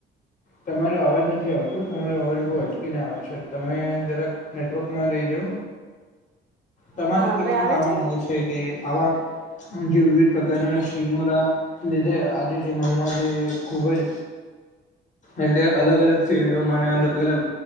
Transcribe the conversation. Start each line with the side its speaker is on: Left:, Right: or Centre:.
Left: તમારો અવાજ નથી આવતું તમારો અવાજ બહુ અટકીને આવે છે તમે જરાક નેટવર્કમાં રહી જાવ. તમારે
Right: હા
Left: કેવામાં
Right: હવે આવે
Left: આવવા માંગે છે કે આવા જે વિવિધ પ્રકારના સ્કીમોના લીધે આજે જે મહિલા જે ખૂબ જ એટલે અલગ અલગ ફિલ્ડોમાં અને અલગ અલગ